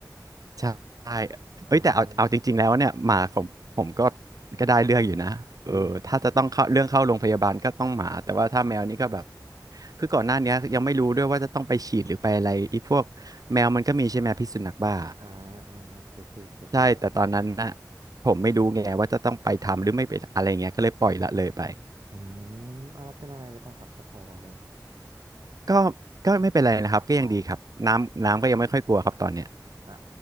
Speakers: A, on the right; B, on the right.
A: ใช่
B: อ่า
A: เอ้ยแต่เอาเอาจริงๆแล้วเนี่ยหมาของผมก็ก็ได้เรื่องอยู่นะเออถ้าจะต้องเข้าเรื่องเข้าโรงพยาบาลก็ต้องหมาแต่ว่าถ้าแมวนี่ก็แบบ
B: อุ้ย
A: คือก่อนหน้าเนี้ยยังไม่รู้ด้วยว่าจะต้องไปฉีดหรือไปอะไรไอีพวกแมวมันก็มีใช่ไหมพิษสุนัขบ้า
B: อ่าอ่าเก็ตอยู่เก็ตอยู่
A: ใช่แต่ตอนนั้นนะผมไม่รู้ไงว่าจะต้องไปทำหรือไม่ไปอะไรเงี้ยก็เลยปล่อยละเลยไป
B: อืมเอาแล้วเป็นอะไรหรือเปล่าครับถ้าปล่อยละเลยไหม
A: ก็ก็ไม่เป็นไรนะครับก็ยังดีครับน้ำน้ำก็ยังไม่ค่อยกลัวครับตอนเนี้ย
B: อ๋อ <laughs> อ่า